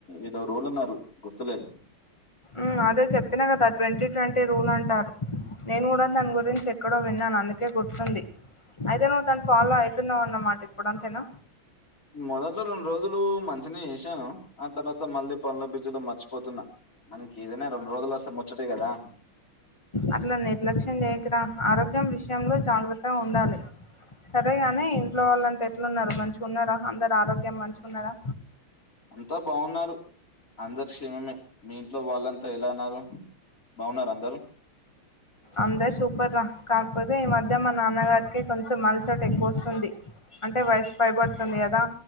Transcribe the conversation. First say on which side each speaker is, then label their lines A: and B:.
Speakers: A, on the left; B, on the left.
A: ఏదో రోల్న్నారు గుర్తులే
B: మ్ అదే చెప్పిన కదా ట్వంటీ ట్వంటీ రూల్ అంటారు. నేను కూడా దాని గురించి ఎక్కడో విన్నాను అందుకే గుర్తుంది. అయితే నువ్ దాని ఫాలో అయితున్నావు అన్నమాట ఇప్పుడు అంతేనా
A: మొదట రెండు రోజులు మంచినె చేసాను ఆ తర్వాత మళ్ళీ పనుల బిజిలో మర్చిపోతున్నా. మనకి ఏదైనా రెండు రోజుల అ సార్ ముచ్చటే కదా
B: అట్లా నిర్లక్ష్యం చేయకురా ఆరోగ్యం విషయంలో జాగ్రత్త ఉండాలి. సరేగాని ఇంట్లో వాళ్ళంతా ఎట్లు ఉన్నారు మంచిగా ఉన్నారా అందరు ఆరోగ్యం మంచిగాన్నారా?
A: అంతా బావున్నారు అందరి క్షేమమే మీ ఇంట్లో వాళ్ళంతా ఎలా ఉన్నారు? బావున్నార అందరు?
B: అందరు సూపర్ రా కాకపోతే ఈ మధ్య మా నాన్నగారికి కొంచెం అలసట ఎక్కువోస్తుంది. అంటే వయసు పైబడుతుంది కదా